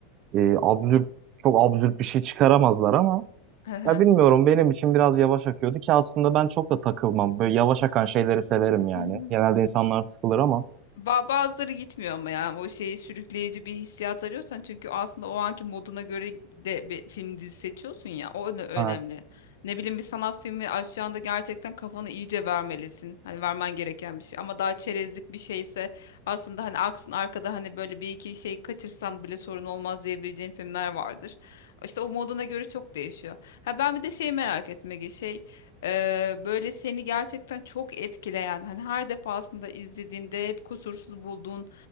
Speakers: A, on the right; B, on the left.
A: e, absürt çok absürt bir şey çıkaramazlar ama
B: Hı hı.
A: ya bilmiyorum benim için biraz yavaş akıyordu ki aslında ben çok da takılmam böyle yavaş akan şeyleri severim
B: <laughs>
A: yani. Genelde insanlar sıkılır ama.
B: Ba- Bazıları gitmiyor ama yani o şeyi sürükleyici bir hissiyat arıyorsan çünkü aslında o anki moduna göre de bir film dizi seçiyorsun ya o öne- önemli.
A: Ha,
B: Ne bileyim bir sanat filmi aşağında gerçekten kafanı iyice vermelisin. Hani vermen gereken bir şey ama daha çerezlik bir şeyse aslında hani aksın arkada hani böyle bir iki şey kaçırsan bile sorun olmaz diyebileceğin filmler vardır. İşte o moduna göre çok değişiyor. Ha ben bir de şeyi merak etme şey Eee, böyle seni gerçekten çok etkileyen hani her defasında izlediğinde hep kusursuz bulduğun